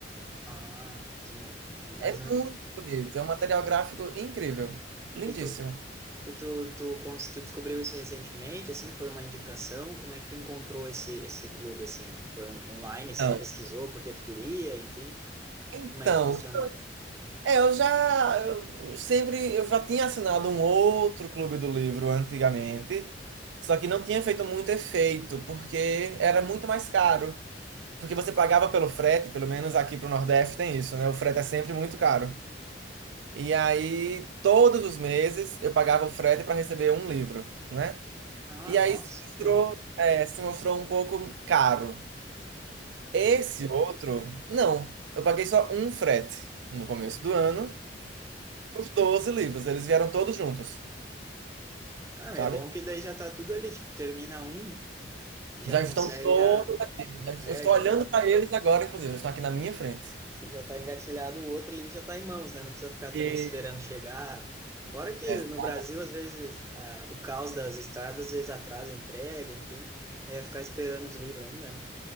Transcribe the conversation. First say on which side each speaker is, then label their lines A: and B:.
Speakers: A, on the right; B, on the right.
A: Ah, tu não. Mas
B: É
A: não.
B: muito
A: é,
B: bonito. É um material gráfico incrível. Lindíssimo.
A: E tu, e tu, tu, cons- tu descobriu isso recentemente? Assim, foi uma indicação? Como é que tu encontrou esse, esse clube assim? Foi on- online, assim,
B: Então,
A: pesquisou porque tu queria, enfim?
B: então,
A: Como é que funcionou?
B: É, eu já eu sempre eu já tinha assinado um outro clube do livro antigamente, só que não tinha feito muito efeito, porque era muito mais caro. Porque você pagava pelo frete, pelo menos aqui pro Nordeste tem isso, né? O frete é sempre muito caro. E aí, todos os meses, eu pagava o frete para receber um livro, né?
A: Ah,
B: E aí
A: nossa.
B: se mostrou, é, se mostrou um pouco caro. Esse
A: Entendi.
B: outro, não. Eu paguei só um frete no começo do ano. Os 12 livros, eles vieram todos juntos,
A: Ah,
B: sabe?
A: é bom que daí já tá tudo ali, tipo, termina um, já
B: Já estão
A: consegue,
B: todos.
A: já,
B: já-
A: né,
B: eu estou
A: já
B: olhando
A: tá,
B: para eles agora, inclusive, eles estão aqui na minha frente.
A: <laughs> já tá engatilhado, o outro ali já tá em mãos, né? Não precisa ficar
B: E,
A: também esperando chegar. Fora que
B: Exato.
A: no Brasil, às vezes, a- o caos das estradas, às vezes atrasa a entrega, enfim, é ficar esperando os livros ainda, né?